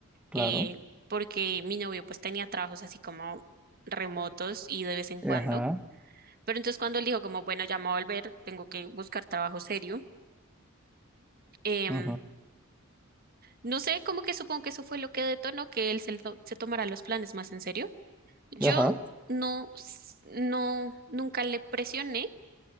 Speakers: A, in the centre; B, on the right.
A: claro.
B: eh, porque mi novio pues tenía trabajos así como remotos y de vez en cuando.
A: Ajá,
B: Pero entonces cuando él dijo como, bueno, ya me voy a volver, tengo que buscar trabajo serio. em,
A: ujú,
B: no sé, como que supongo que eso fue lo que detonó que él se, lo- se tomara los planes más en serio. Yo
A: ajá,
B: no, s- no, nunca le presioné,